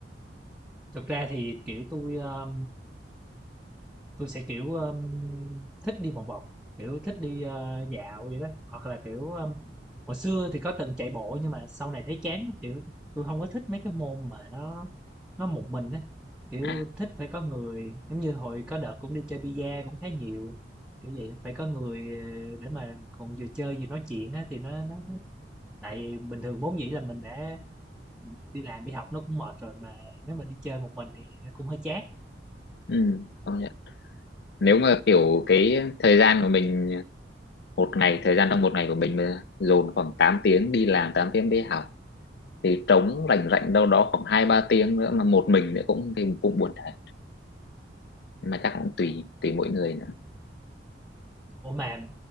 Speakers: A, in the centre; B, on the left.
A: Thực ra thì, kiểu, tôi ơ, tui sẽ, kiểu, ơ, thích đi vòng vòng, kiểu, thích đi, ơ, dạo vậy đó, hoặc là, kiểu, ơ, hồi xưa thì có từng chạy bộ nhưng mà sau này thấy chán lắm, kiểu, tôi không có thích mấy cái môn mà nó nó một mình á, kiểu,
B: à
A: thích phải có người. Giống như hồi có đợt cũng đi chơi bi-a cũng khá nhiều, kiểu vậy, phải có người, ờ, để mà còn vừa chơi vừa nói chuyện á thì nó nó tại bình thường vốn dĩ là mình đã đi làm đi học nó cũng mệt rồi, mà nếu mà đi chơi một mình thì nó cũng hơi chán.
B: ừ, công nhận. nếu mà kiểu cái thời gian của mình một ngày thời gian trong một ngày của mình mà dồn khoảng 8 tiếng đi làm 8 tiếng đi học thì trống rảnh rảnh đâu đó khoảng hai ba tiếng nữa mà một mình nữa cũng thì cũng buồn thật Nhưng mà chắc cũng tùy tùy mỗi người nữa
A: Ủa mà